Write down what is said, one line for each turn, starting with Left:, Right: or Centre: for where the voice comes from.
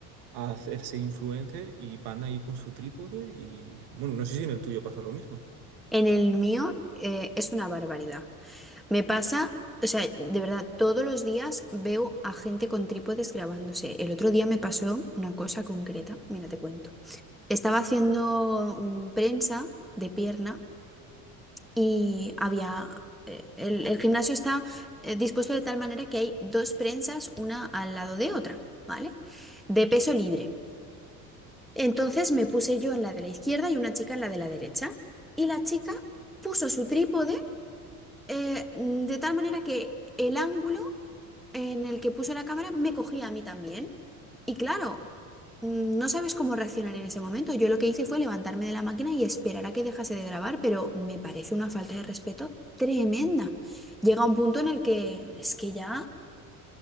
Right: a hacerse influencer y van ahí con su trípode y, bueno, no sé si en el tuyo pasa lo mismo.
Centre: En el mío eh, es una barbaridad. Me pasa, o sea, de verdad, todos los días veo a gente con trípodes grabándose. El otro día me pasó una cosa concreta, mira, te cuento. Estaba haciendo un prensa de pierna y había, eh, el, el gimnasio está eh, dispuesto de tal manera que hay dos prensas, una al lado de otra, ¿vale? De peso libre. Entonces me puse yo en la de la izquierda y una chica en la de la derecha. Y la chica puso su trípode eh, mm, de tal manera que el ángulo en el que puso la cámara me cogía a mí también. Y claro, mm, no sabes cómo reaccionar en ese momento. Yo lo que hice fue levantarme de la máquina y esperar a que dejase de grabar, pero me parece una falta de respeto tremenda. Llega un punto en el que es que ya...